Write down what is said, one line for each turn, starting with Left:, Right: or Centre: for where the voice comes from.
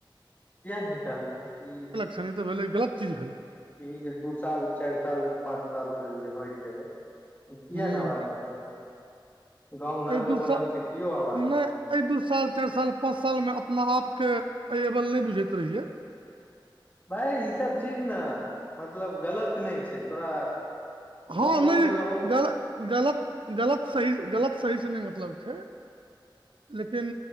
Left: किया नै निकालबै ई
Right: तखन इ तऽ भेलै गलत चीज भेलै
Left: ई जे दू साल चारि साल पांच साल से जे होइ छै किया
Right: हुँ
Left: नहि आवाज निकलले गाँंव
Right: एहि
Left: नर्क
Right: दू
Left: बनल
Right: साल
Left: छै कियो आवाज
Right: नहि
Left: नै
Right: एहि दू साल चारि साल पाँच साल मे अपना आप के अइ एवल नहि बुझैत रहिये
Left: भाय ई सब चीज नऽ मतलब गलत नहि छै तोरा
Right: हँ
Left: गाँव
Right: नहि
Left: घर मे रहू
Right: गल गलत गलत सही गलत सहीसँ नहि मतलब छै लेकिन